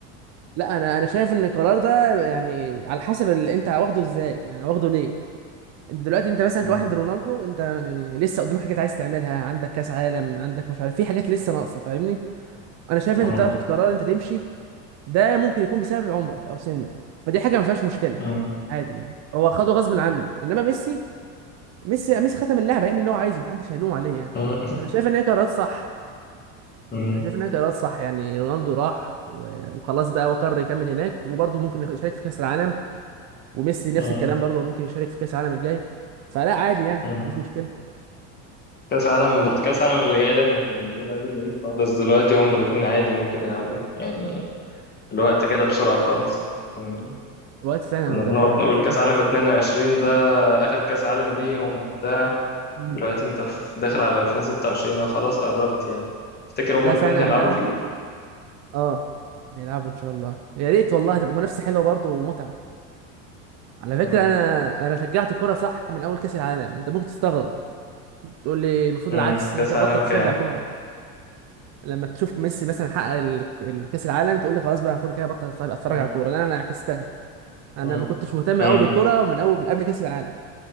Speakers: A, on the right; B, on the left.
A: لا انا انا شايف ان القرار ده يعني على حسب اللي انت واخده ازاي يعني واخده ليه انت دلوقتي انت مثلا
B: مم.
A: كواحد رونالدو انت يعني لسه قدامك حاجات عايز تعملها عندك كاس عالم عندك مش عارف في حاجات لسه ناقصه فاهمني انا شايف انت
B: مم.
A: بتاخد قرار انت تمشي ده ممكن يكون بسبب عمرك او سنك فدي حاجه ما فيهاش مشكله
B: مم.
A: عادي يعني هو خده غصب عنه انما ميسي ميسي ميسي ختم اللعبه يعمل اللي هو عايزه محدش هيلوم عليه يعني
B: مم.
A: انا شايف ان هي قرارات صح
B: مم.
A: انا شايف ان هي قرارات صح يعني رونالدو راح و- وخلاص بقى هو قرر يكمل هناك وبرضه ممكن يشارك في كاس العالم وميسي نفس
B: مم.
A: الكلام برضه ممكن يشارك في كاس العالم الجاي فلا عادي يعني
B: مم.
A: مفيش مشكله
B: كأس عالم كأس عالم اللي جاي ده احنا كنا بنقول عليه بعيد خالص دلوقتي هما الاتنين عادي ممكن يلعبوه يعني الوقت جرى بسرعة خالص مم.
A: الوقت فعلا
B: كنا
A: ده
B: بنقعد
A: احنا
B: نقول
A: في
B: كأس
A: 25
B: عالم 22 ده آخر كأس عالم ليه هم بتاع
A: مم.
B: دلوقتي انت في- داخل على 2026 أهو خلاص قربت يعني تفتكر
A: ده
B: هما الاتنين
A: فعلا
B: هيلعبوا
A: بقى
B: فيه؟
A: اه نلعبوا ان شاء الله يا ريت والله
B: مم.
A: تبقى منافسه حلوه برضه ومتعه على فكرة
B: مم.
A: أنا أنا شجعت كورة صح من أول كأس العالم، أنت ممكن تستغرب تقول لي المفروض
B: مم.
A: العكس
B: كأس
A: أنت بطل
B: عالم
A: تشجع
B: كام؟
A: كورة لما تشوف ميسي مثلا حقق ال- ال- كأس العالم تقول لي خلاص بقى المفروض كده بطل أتفرج أتفرج
B: مم.
A: على الكورة، لا أنا عكستها، أنا
B: مم.
A: ما كنتش مهتم
B: مم.
A: أوي بالكورة من أول من قبل كأس العالم،